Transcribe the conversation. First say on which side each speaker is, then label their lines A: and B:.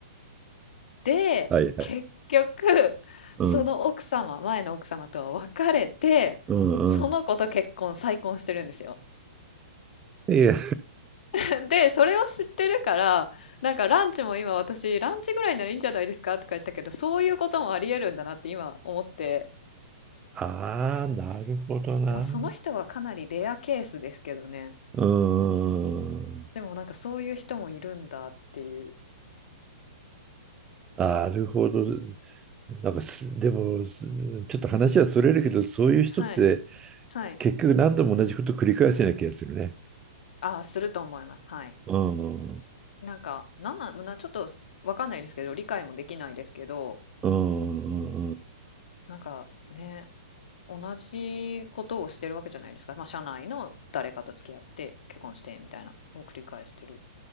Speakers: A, on the left; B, on the right.
A: で結局その奥様前の奥様とは別れてその子と結婚再婚してるんですよ。
B: はいはい。うんうんうん。いや、
A: <laughs> で、それを知ってるから、なんかランチも今私、ランチぐらいならいいんじゃないですかとか言ったけど、そういうこともありえるんだなって今思って、
B: ああ、なるほどな。
A: まあその人はかなりレアケースですけどね。
B: うーん。
A: でもなんかそういう人もいるんだっていう。
B: なるほど。なんかす、でも、すちょっと話はそれるけど、そういう人って
A: はい。はい。
B: 結局何度も同じこと繰り返すような気がするね。
A: ああ、すると思います。はい。
B: うん。うん
A: なんか、なんなんなちょっとわかんないですけど、理解もできないですけど、
B: うんうん。
A: なんかね、同じことをしてるわけじゃないですか。まあ社内の誰かと付き合って結婚してみたいなを繰り返してる。